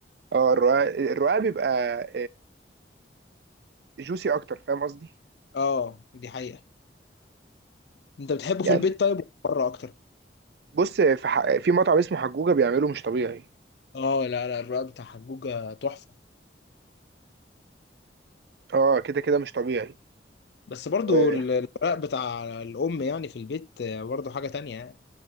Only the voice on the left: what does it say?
اه دي حقيقة انت بتحبه
في البيت طيب ولا بره اكتر
اه لا لا الرق بتاع حجوجة تحفة
بس برضو
ال- الرق بتاع الام يعني في البيت آه، برضو حاجة تانية يعني